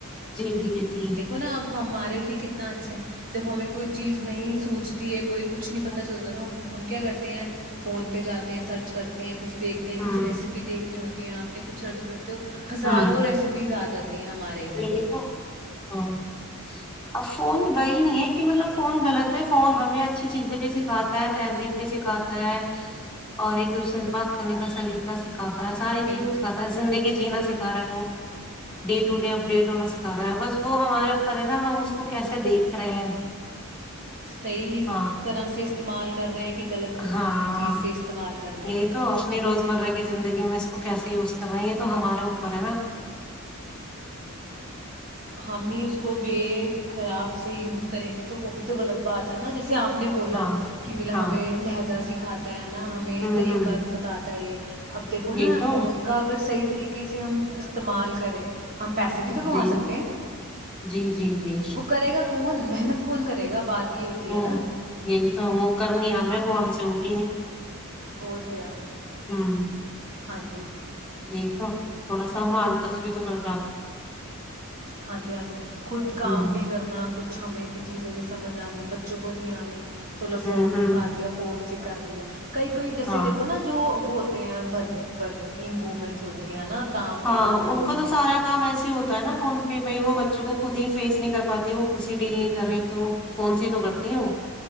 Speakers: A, in the centre; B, on the right (about 40°).
A: جی جی جی
B: دیکھو نا اب ہمارے لیے کتنا اچھا ہے جب ہمیں کوئی چیز نہیں سوچتی ہے کوئی کچھ نہیں پتا
A: ہوں
B: چلتا تھا ہم کیا کرتے ہیں فون پہ جاتے ہیں سرچ کرتے ہیں کچھ دیکتے ہیں
A: ہوں
B: کچھ ریسیپییکنی ہوتی ت آ <inaudible> اپنے کچھ سرچ کرتے ہو ہزاروں
A: ہوں
B: ریسیپیز آ جاتی ہیں ہمارے ادھر
A: یہی تو ہاں ا فون وہی نہیں ہے کہ مطلب فون غلط فون ہمیں اچھی چیزیں بھی سکھاتا ہے تہذیب بھی سکھاتا ہے اور ایک دوسرے سے بات کرنے کا سلیقہ سکھاتا ساری
B: بالکل
A: چیزیںتا ہے زندگی جینا سیک س رہا ہے وہ date <unintelligible> to day update ہونا سکھا رہا ہے بس وہ ہمارے اوپر ہے نا ہم اس کو کیسے دیکھ رہے ہیں
B: صحی
A: ہاں
B: طرح سے استعمال کر رہے ہیں کہ غلط
A: ہاں
B: چیز سے استعمال کر رہے
A: یہی
B: ہیں
A: تو اپنی روزمرہ کی زندگی میں اس کو کیسے یوز کر رہے ہیں یہ تو ہمارے اوپر ہے نا
B: ہم ہی اس کو بے خراب سے یوز کریں گے تو وہ بھی تو غلط بات ہے نا جیسے آپ نے بولا
A: ہاں
B: کہ ملا
A: ہاں
B: ہمیں لہجا س کھاتے ہیں نا ہمیں
A: ہوں
B: طریقہ
A: ہوں
B: بتاتا ہے یہ اب دیکھو
A: یہی
B: نا
A: تو
B: فون کا اگر صحی طریقے سےے ہم استعمال کریں ہم پسے بھی توماکتے
A: جی
B: ہیں
A: جی جی جی
B: وہ کرے گا کون محنت کون کرے گا بات یہ ہوتی
A: وہ
B: ہے نا
A: یہی تو وہ کر گی ہمیں وہ ہم چوگ
B: اور کیا
A: ہوں
B: ہاں جی
A: جی تو تھوڑا سا مالکس بھی تو کرتے
B: ہاں جی ہاں جی خود کام
A: ہوں
B: بھی کرنا ک کچھ ہمیں بھی چیزیں نہیں سمجھ آنی ب بچوں کو نہیں آنی چلو
A: ہوں
B: فون
A: ہوں
B: دکھا دیا فون سے کر لیا کئی کوئی جیسے
A: ہاں
B: دیکھو نا جو وہ ہوتے ہیں ورک ورکنگ وومنس ہوتی ہیں نا کام پہ
A: ہاں
B: جانا
A: ان
B: جنہوں
A: کا تو
B: نے
A: سارا کام ایسے ہی ہوتا ہے نا فون پہ بھائی وہ بچوں کو خود ہی فیس نہیں کر پاتے وہ خود سے ڈیل نہیں کر رہی تو فون سے ہی تو کرتی ہیں وہ